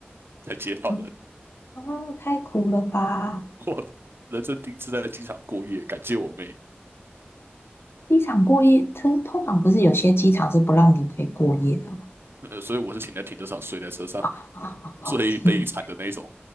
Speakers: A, on the right; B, on the left.
A: 才接到人。
B: 啊，啊太苦了吧！
A: <laughs> 我人生第一次在机场过夜，感谢我妹，
B: 机场过夜，通通常不是有些机场是不让你可以过夜的吗？
A: 呃，所以我是请在停车场睡在车上，
B: <laughs> 啊，好天，
A: 最悲惨的那一种。